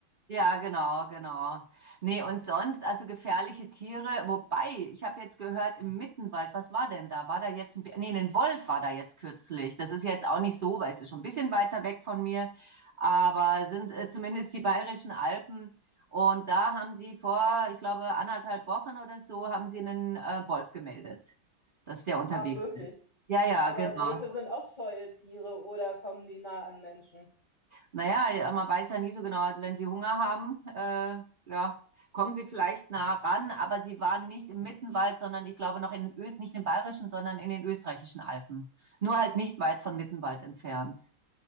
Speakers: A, on the right (about 35°); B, on the left (about 20°).
A: Ja, genau, genau. Nee, und sonst, also gefährliche Tiere, wobei, ich habe jetzt gehört, im Mittenwald, was war denn da? War da jetzt ein, Bär? nee, ein Wolf war da jetzt kürzlich. Das ist jetzt auch nicht so, weil es ist schon ein bisschen weiter weg von mir, aber sind äh, zumindest die Bayerischen Alpen. Und da haben sie vor, ich glaube, anderthalb Wochen oder so, haben sie einen äh, Wolf gemeldet, dass der unterwegs
B: Auch wirklich.
A: ist. Ja, ja,
B: Aber
A: genau.
B: Wölfe sind auch scheue Tiere oder kommen die nah an Menschen?
A: Naja, ja, man weiß ja nie so genau. Also wenn sie Hunger haben, äh, ja, kommen sie vielleicht nah ran, aber sie waren nicht im Mittenwald, sondern ich glaube noch in den Öst, nicht in den Bayerischen, sondern in den österreichischen Alpen. Nur halt nicht weit von Mittenwald entfernt.